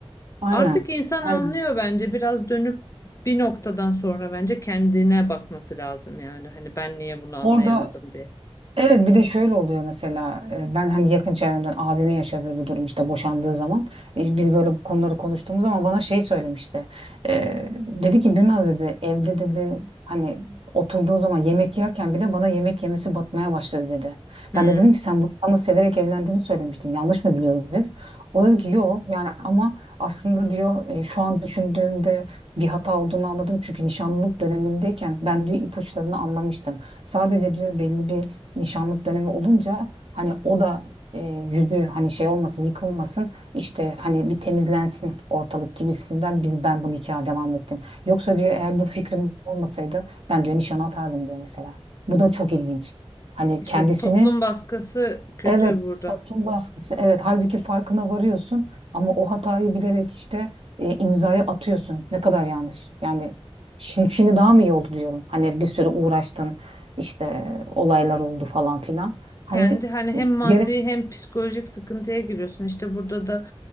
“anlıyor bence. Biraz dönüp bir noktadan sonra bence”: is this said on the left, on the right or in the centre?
Left